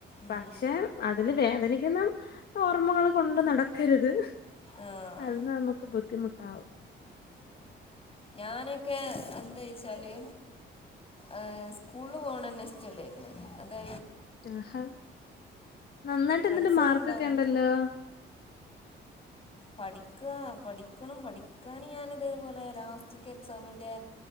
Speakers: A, on the left; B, on the left.
A: ഉം
B: പക്ഷെ അതില് വേദനിക്കുന്ന ഓർമ്മകള് കൊണ്ട് നടക്കരുത്
A: ആഹ്
B: അത് നമുക്ക് ബുദ്ധിമുട്ടാവും
A: ഞാനൊക്കെ എന്താ വെച്ചാല് ഏഹ് സ്കൂള്ല് പോണന്നെ ഇഷ്ട്ടല്ലെർന്നു അത്
B: ആഹാ നന്നായിട്ട്
A: ഫ്രണ്ട്സൊക്കെ
B: എന്നിട്ട് മാർക്കൊക്കെ
A: ഉണ്ടാകും
B: ഉണ്ടല്ലോ
A: പഠിക്ക, പഠിക്കണം പഠിക്കാന് ഞാനിതേപോലെ ലാസ്റ്റ്ക്ക് എക്സാമിന്റെ